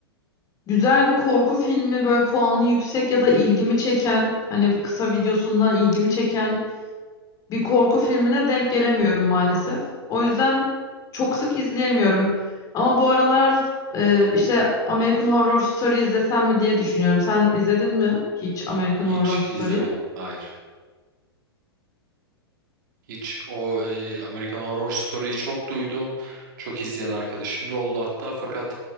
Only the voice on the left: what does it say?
Güzel bir korku filmi böyle puanı yüksek ya da ilgimi çeken hani kısa videosundan ilgimi çeken bir korku filmine denk gelemiyorum maalesef. O yüzden çok sık izleyemiyorum. Ama bu aralar e, işte American Horror Story izlesem mi diye düşünüyorum. Sen izledin mi hiç American
Horror Story'yi?